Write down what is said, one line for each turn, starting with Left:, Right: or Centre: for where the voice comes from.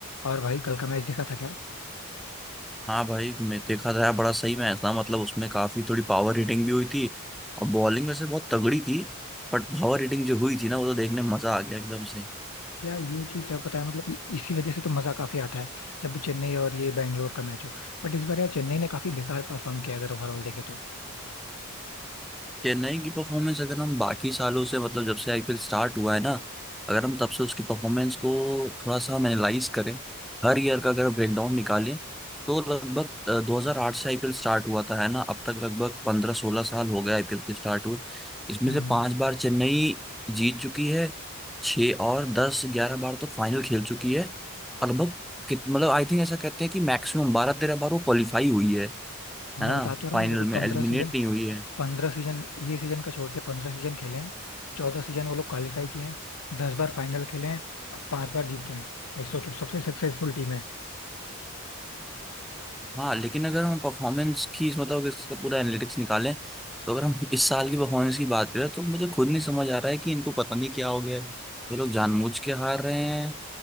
Left: और भाई कल का मैच देखा था क्या
Centre: हाँ भाई मैं देखा था यार, बड़ा सही मैच था मतलब उसमें काफी थोड़ी पावर हिटिंग भी हुई थी और बॉलिंग वैसे बहुत तगड़ी थी बट पावर हिटिंग जो हुई थी ना वो तो देखने में मजा आ गया एकदम से
Left: यार ये चीज तो पता है मतलब इ- इसी वजह से तो मजा काफी आता है जब भी चेन्नई और ये बैंगलोर का मैच हो बट इस बार यार चेन्नई ने काफी बेकार परफॉर्म किया अगर ओवरऑल देखे तो
Centre: चेन्नई की परफॉर्मेंस अगर हम बाकी सालों से मतलब जब से आईपीएल स्टार्ट हुआ है ना अगर हम तब से उसकी परफॉर्मेंस को थोड़ा सा हम एनालाइज करें हर ईयर का अगर ब्रेकडाउन निकालें तो लगभग अ, 2008 से आईपीएल स्टार्ट हुआ था है ना अब तक लगभग 15-16 साल हो गए आईपीएल के स्टार्ट हुए इसमें
Left: हम्म
Centre: से पांच बार चेन्नई जीत चुकी है छः और दस ग्यारह बार तो फाइनल खेल चुकी है और लगभग कित मतलब आई थिंक ऐसा कहते हैं कि मैक्सिमम बारह तेरह बार वो क्वालिफाई हुई है
Left: मैं
Centre: है ना
Left: बता तो रहा
Centre: फाइनल
Left: हूँ देखो
Centre: में
Left: पंद्रह
Centre: एलिमिनेट
Left: सीजन
Centre: नहीं हुई है
Left: पंद्रह सीजन ये सीजन का छोड़ के पंद्रह सीजन खेले हैं चौदह सीजन वो लोग क्वालिफाई किए हैं दस बार फाइनल खेले हैं अब पांच बार जीते हैं भाई सोचो सबसे सक्सेसफुल टीम है
Centre: हाँ लेकिन अगर हम परफॉर्मेंस की मतलब इसका पूरा एनालिटिक्स निकालें तो अगर हम इस साल की परफॉर्मेंस की बात करें तो मुझे खुद नहीं समझ आ रहा है कि इनको पता नहीं क्या हो गया है ये लोग जानबूझ के हार रहे हैं